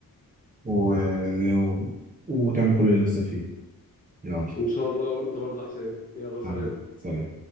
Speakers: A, on the right; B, on the left.
A: و... و... وتعمل كل اللي نفسك فيه يلا
B: إن شاء الله وأنت برضه يا حسين يلا سلام
A: حبيبي سلام